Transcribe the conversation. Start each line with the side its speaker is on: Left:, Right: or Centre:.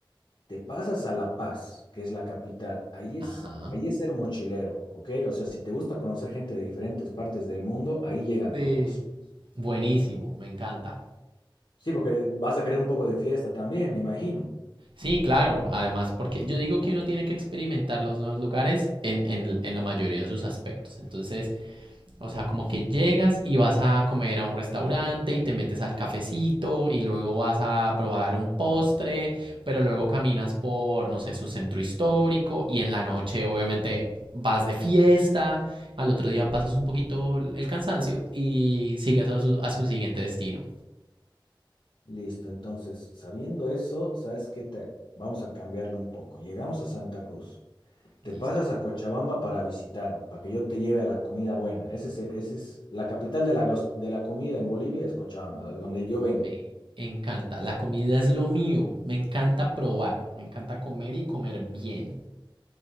Left: te pasas a La Paz, que es la capital. Ahí es,
Right: Ajá.
Left: ahí es ser mochilero, ¿ok? O sea, si te gusta conocer gente de diferentes partes del mundo, ahí llegan
Right: Sí.
Left: todos.
Right: Buenísimo, me encanta.
Left: Sí, porque vas a querer un poco de fiesta también, me imagino.
Right: Sí, claro. Además, porque yo digo que uno tiene que experimentar los nuevos lugares en, en- en la mayoría de sus aspectos. Entonces, o sea, como que llegas y vas a comer a un restaurante y te metes al cafecito y luego vas a probar un postre, pero luego caminas por, no sé, su centro histórico y en la noche, obviamente, vas de fiesta. Al otro día pasas un poquito el cansancio y sigues a su, a su siguiente destino.
Left: Listo, entonces, sabiendo eso, ¿sabes qué? Te... Vamos a cambiarlo un poco. Llegamos a Santa Cruz. Te
Right: Listo.
Left: pasas a Cochabamba para visitarme, para que yo te lleve a la comida buena. Ese es, ese es la capital de la, gas- de la comida en Bolivia, es Cochabamba, de donde yo vengo.
Right: Me encanta. La comida es lo mío. Me encanta probar. Me encanta comer y comer bien.